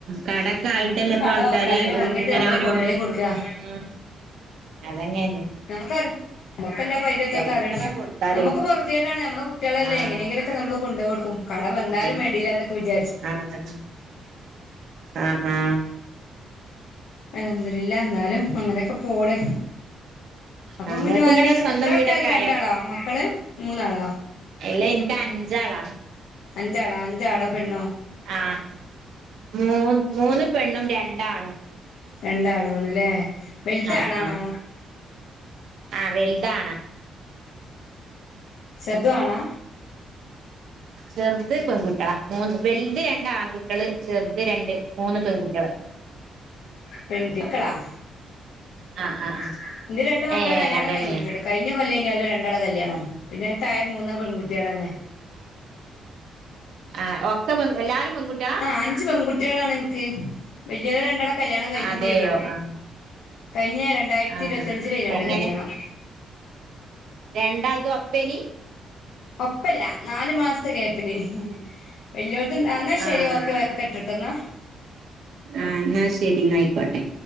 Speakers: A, on the right; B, on the left.
A: കടക്കെ
B: നമ്മളിട്ട്
A: ആയിട്ടല്ലേ ഇപ്പൊ
B: കടോ
A: ആൾക്കാര്
B: കള്ളിയോ വാങ്ങിട്ട്
A: ഇങ്ങനെ
B: നമ്മള്
A: ഓരോന്നും
B: കൊണ്ടോയി കൊടുക്കുക
A: ഉം അതന്നെ
B: നമുക്ക നമുക്കല്ലെ അയിന്റെ ഇതൊക്കെ
A: എത്ര
B: അറിയ പക്ഷെ
A: കൊടുത്താലും
B: നമുക്ക് പൊറുതിയേടാണ് നമ്മെളെ കുട്ടിയാളല്ലെ
A: ആഹ്
B: എങ്ങനെങ്കിലുംക്കെ മ്മള് കൊണ്ടു കൊടുക്കും കടം വന്നാലും
A: അതന്നെ
B: വേണ്ടീല എന്നൊക്കെ വിചാരിച്ച്
A: ആഹ് അതെ ആഹ് ആ ആ
B: അൽഹംദുലില്ല എന്നാലും അങ്ങനെയൊക്കെ പോണ് അപ്പൊ
A: ഞങ്ങൾക്ക്
B: പിന്നെ ഒരാള്
A: ഇങ്ങനെ സ്വന്തം
B: എത്ര ആൾക്കാര
A: വീടൊക്കെ
B: രണ്ടാളാ മക്കള് മൂന്നാളാ?
A: എല്ലാ എനിക്ക് അഞ്ചാളാ
B: അഞ്ചാളോ അഞ്ചാണോ പെണ്ണോ
A: ആഹ് മൂ മൂന്ന് പെണ്ണും രണ്ടാണും
B: രണ്ടാണു ആണണല്ലേ വെൽദാണാണോ?
A: ആഹ് ആഹ് ആഹ് വെൽതാണാ
B: ചെർതും ആണാ?
A: ചെറുത് പെൺകുട്ടികള മൂന്ന് വെൽത് രണ്ട് ആൺകുട്ട്യാള് ചെറുത് രണ്ട് മൂന്ന് പെങ്കുട്ട്യാള്
B: <unintelligible>
A: ആഹ് ആഹ്
B: ആ
A: ആഹ്
B: ആ ന്റെ രണ്ടു മക്കളെ
A: ഏഹ്
B: കല്യാണം
A: അതന്നെ
B: കഴിഞ്ഞിട്ടുണ്ട് കഴിഞ്ഞ കൊല്ലേനു ഓലെ രണ്ട് കല്യാണം പിന്നെ താഴെ മൂന്ന് പെൺകുട്ടികളെന്നെ
A: ആ ഒക്ക പെ എല്ലാരും പെൺകുട്ടികളാ
B: ആ അഞ്ച് പെൺകുട്ടികളാണ് എൻക്ക് വല്യോലെ രണ്ടാളെ കല്യാണം കഴിഞ്ഞും
A: അതെയോ
B: ചെയ്തു
A: ആഹ്
B: കഴിഞ്ഞ രണ്ടായിരത്തി
A: ആഹ്
B: ഇരുപത്തഞ്ചിലെനു ഓലെ
A: എങ്ങനെ
B: കല്യാണം
A: രണ്ടാൾതും ഒപ്പേനി?
B: ഒപ്പല്ല നാല് മാസത്തെ ഗ്യാപ്പില് വല്യോളത് എന്നാ ശരി
A: ആഹ്
B: ഓക്കെ വെക്കട്ടെട്ടോ എന്നാ
A: ആഹ് എന്നാ ശരി എന്നായിക്കോട്ടെ